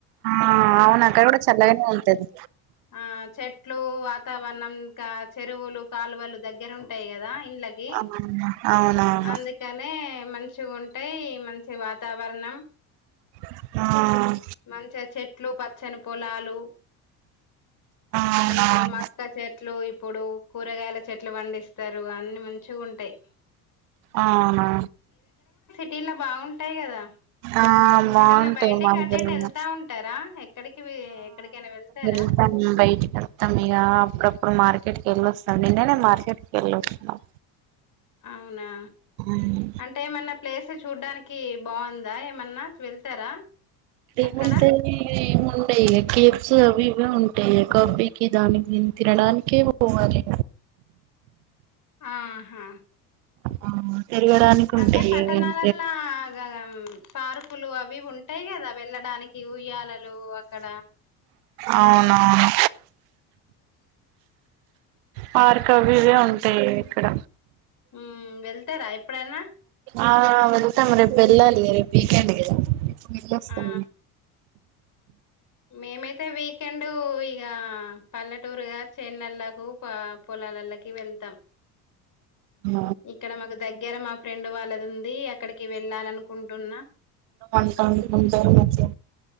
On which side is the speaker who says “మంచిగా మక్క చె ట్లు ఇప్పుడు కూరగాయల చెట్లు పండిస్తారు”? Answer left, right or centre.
Left